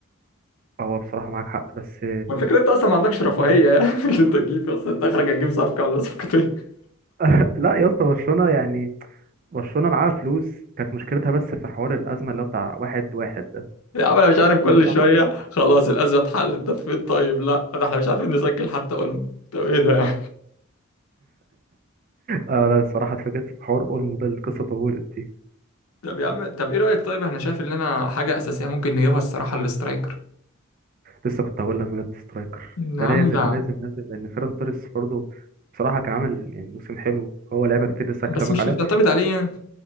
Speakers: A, on the right (about 40°); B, on the left (about 85°).
A: هو بصراحه معاك حق بس
B: والفكرة انت اصلا ما عندكش رفاهية يعني <laughs> اللي انت تجيب اصلا انت اخرك هتجيب صفقة ولا صفقتين <laughs>
A: <laughs> لا يا اسطى برشلونه يعني برشلونه معاها فلوس كانت مشكلتها بس في حوار الازمه اللي هو بتاع واحد واحد ده
B: يا عم انا مش عارف
A: دلوقتي
B: كل شوية
A: اعتقد حل
B: خلاص الأزمة اتحلت طب فين طيب لا ده احنا مش عارفين نسجل حتى اولمو طب ايه ده يعني
A: آه، انا الصراحه اتفاجئت في حوار اولمو ده القصه طولت دي
B: طب يا عم طب ايه رأيك طيب احنا شايف ان انا حاجة أساسية ممكن نجيبها الصراحة الاسترايكر
A: لسه كنت هقول لك بجد سترايكر
B: نعم
A: ده لازم
B: ده
A: لازم لازم لان فيران توريس برضه بصراحه كان عامل يعني موسم حلو هو لعيبه كتير لسه هكلمك
B: بس مش
A: عليها
B: اللي تعتمد عليه يعني